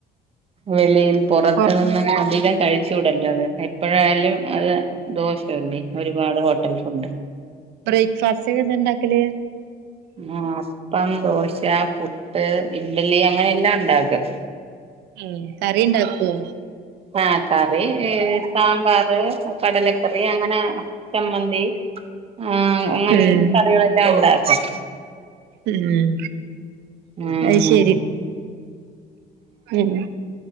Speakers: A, on the right; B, on the right.
A: വെളി പുറത്ത്നിന്ന
B: പൊറത്ത്
A: അധികം കഴി... ചൂടല്ലോ അത് എപ്പോഴായാലും അത് ദോഷംല്ലേ ഒരുപാട് ഹോട്ടൽ ഫുഡ്.
B: ബ്രേക്ക്ഫാസ്റ്റ്ന്താ ണ്ടാക്കല്.
A: ആ അപ്പം 'ദോശ 'പുട്ട് 'ഇഡ്ലി അങ്ങനെല്ലാംണ്ടാക്കും
B: ഉം കറി ഉണ്ടാകൊ..
A: ആ കറി സാമ്പാർ കടലക്കറി അങ്ങനെ ചമ്മന്തി ആ അങ്ങനെ
B: ഉം
A: കറികളെല്ലാം ഉണ്ടാക്കാം
B: ഉം
A: ഉം
B: അത് ശരി ഉം